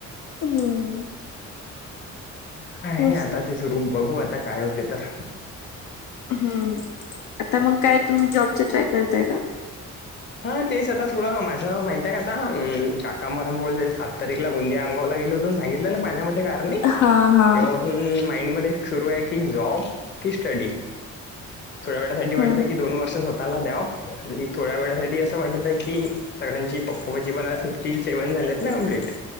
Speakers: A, on the left (about 75°); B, on the left (about 35°).
A: हम्म
B: आहे
A: मस्त
B: हे आता ते सुरू बघू आता काय होते तर
A: हम्म आता मग काय तुम्ही जॉबचा ट्राय करताय का
B: हा तेच आता थोडं माझं माहित आहे का आता काका मरम बोलले तररीकला गोंदि आमगाव गेली होून सांगितलं ना पाण्यामध्ये का तेव्हा
A: हा हा
B: पासून माइंड मध्ये सुरू आहे की जॉब की स्टडी थोड्या वेळासाठी वाटत
A: हम्म
B: आहे की दोन वर्ष स्वतःला द्याव आणि थोड्या वेळासाठी असं वाटत आहे की सगळ्यांची पप्पापाची पण सिक्स्टी सेव्हन झालीत ना कमप्लीट